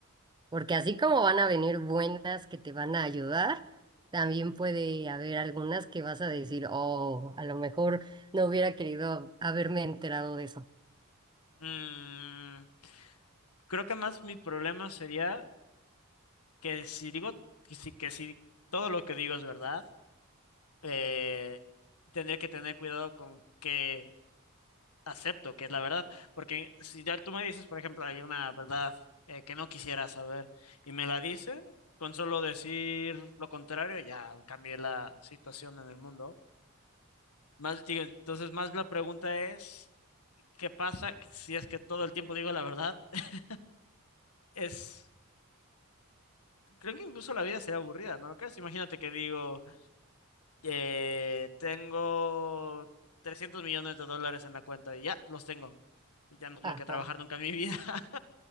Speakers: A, on the right; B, on the left.
A: Porque así como van a venir buenas que te van a ayudar, también puede haber algunas que vas a decir, oh, a lo mejor no hubiera querido haberme enterado de eso.
B: Mm, Creo que más mi problema sería que si digo, que si, que si todo lo que digo es verdad, eh, tendría que tener cuidado con qué acepto, que es la verdad. Porque si ya tú me dices, por ejemplo, hay una verdad eh, que no quisiera saber y me la dice, con solo decir lo contrario, ya cambié la situación en el mundo. Más, digo, entonces, más la pregunta es, ¿qué pasa si es que todo el tiempo digo la verdad? <laughs> Es. creo que incluso la vida sería aburrida, ¿no lo crees? Imagínate que digo, eh, tengo 300 millones de dólares en la cuenta y ya los tengo. Y ya no tuve
A: Ajá.
B: que trabajar nunca en mi vida. <laughs>